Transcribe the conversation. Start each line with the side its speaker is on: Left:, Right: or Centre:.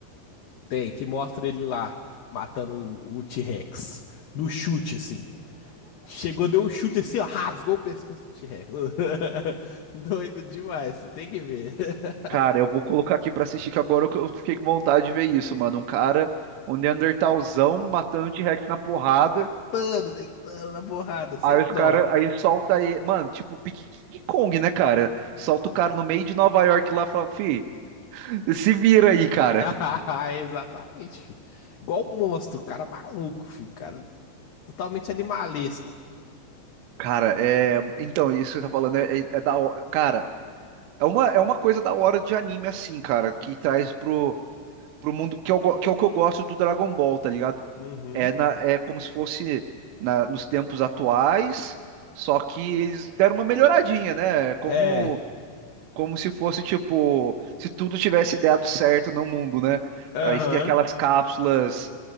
Left: tem, que mostra ele lá matando o, o T-Rex. No chute, assim. Chegou, deu um chute assim, ó, rasgou o pescoço do T-Rex. <laughs> Doido demais, você tem que ver. <laughs>
Right: Cara, eu vou colocar aqui pra assistir, que agora eu eu fiquei com vontade de ver isso, mano. Um cara, um Neandertalzão matando o T-Rex na porrada.
Left: Matando, deitando na porrada, sem
Right: Aí os
Left: dó.
Right: caras, aí solta aí, mano, tipo pique King Kong, né, cara? Solta o cara no meio de Nova York lá e fala, fi, se vira aí, cara.
Left: Ah, <laughs> Exatamente, filho. Igual um monstro, cara maluco, filho. Cara totalmente animalesco.
Right: Cara, é. Então, isso que você tá falando é, é- é da hora. Cara, é uma, é uma coisa da hora de anime, assim, cara, que traz pro, pro mundo, que, eu, go- que é o que eu gosto do Dragon Ball, tá ligado?
Left: Uhum.
Right: É, na, é como se fosse na, nos tempos atuais, só que eles deram uma melhoradinha, né? É Como
Left: É.
Right: como se fosse tipo, se tudo tivesse dado certo no mundo, né?
Left: Aham.
Right: Aí você tem aquelas cápsulas,